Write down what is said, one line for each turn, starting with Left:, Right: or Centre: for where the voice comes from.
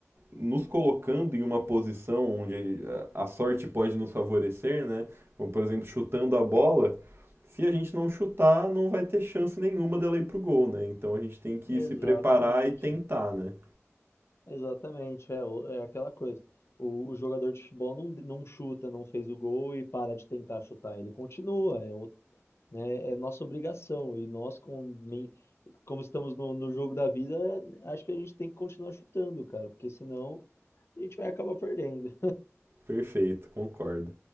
Right: nos colocando em uma posição onde a sorte pode nos favorecer, né? Como por exemplo, chutando a bola, se a gente não chutar, não vai ter chance nenhuma dela ir pro gol, né? Então a gente tem que se
Left: Exatamente.
Right: preparar e tentar, né?
Left: Exatamente, é, o- é aquela coisa. O, o jogador de futebol não, não chuta, não fez o gol e para de tentar chutar. Ele continua, é, o- né, é nossa obrigação. E nós, como, men- como estamos no, no jogo da vida, é, acho que a gente tem que continuar chutando, cara, porque senão a gente vai acabar perdendo.
Right: Perfeito, concordo.